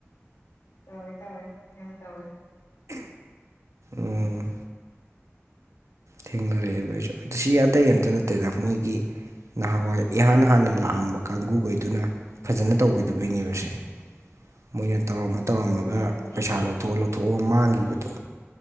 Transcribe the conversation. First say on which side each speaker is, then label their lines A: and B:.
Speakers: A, on the left; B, on the right.
A: ꯇꯧꯋꯦ ꯇꯧꯋꯦ ꯌꯥꯝ ꯇꯧꯋꯦ
B: ꯎꯝ ꯊꯦꯡꯅꯔꯛꯑꯦꯕ ꯑꯩꯁꯨ ꯁꯤ ꯑꯇꯩ ꯑꯝꯇ ꯅꯠꯇꯦꯗ ꯃꯣꯏꯒꯤ꯫ ꯅꯍꯥꯟꯋꯥꯏ ꯏꯍꯥꯟ ꯍꯥꯟꯅ ꯂꯥꯛꯑꯝꯕ ꯀꯥꯡꯒꯨꯈꯩꯗꯨꯅ ꯐꯖꯅ ꯇꯧꯒꯤꯗꯕꯩꯅꯦꯕꯁꯦ꯫ ꯃꯣꯏꯅ ꯇꯧꯔꯝꯃ ꯇꯧꯔꯝꯃꯒ
A: ꯑꯣꯏꯔꯝꯅꯤ
B: ꯄꯩꯁꯥ
A: ꯍꯣꯏ
B: ꯂꯧꯊꯣꯛꯑ ꯂꯧꯊꯣꯛꯑ ꯃꯥꯡꯈꯤꯕꯗꯣ